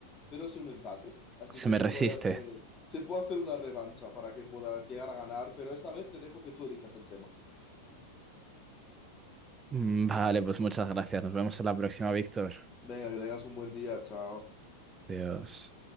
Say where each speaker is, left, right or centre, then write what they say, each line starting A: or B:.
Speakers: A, on the left (about 25°); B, on the right (about 20°).
A: pero es un empate. Así
B: Se
A: que
B: me
A: se
B: resiste.
A: puede hacer, se puede hacer una revancha para que puedas llegar a ganar, pero esta vez te dejo que tú elijas el tema.
B: Mm, Vale, pues muchas gracias. Nos vemos en la próxima, Víctor.
A: Venga, que tengas un buen día. Chao.
B: Adiós.